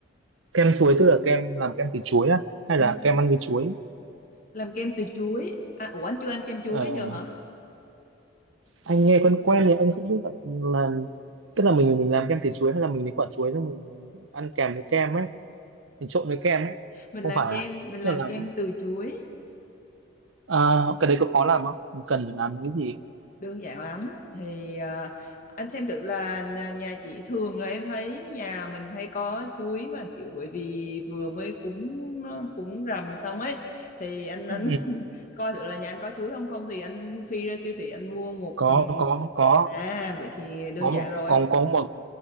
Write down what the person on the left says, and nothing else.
Ừ.
Làm kem từ chuối. À, ủa anh chưa ăn kem chuối
bây giờ hả?
Mình
làm
kem
mình làm
kem từ chuối.
đơn giản lắm thì à, anh xem thử là nhà nhà chị thường là em thấy nhà mình hay có chuối mà kiểu bởi vì vừa mới cúng ờ, cúng rằm xong ấy thì anh anh
<laughs> coi thử là nhà anh có chuối không không thì anh phi ra siêu thị anh mua một
ừ,
à vậy thì đơn
giản
rồi